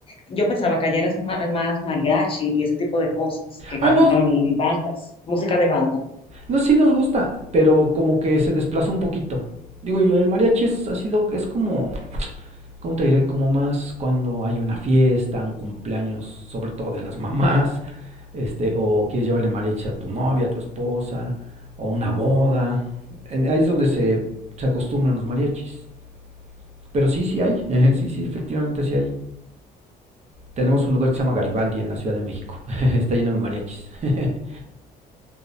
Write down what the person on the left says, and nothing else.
yo pensaba que allá eras ma- más mariachi y ese tipo de cosas que
cantaban
y bandas, música de banda.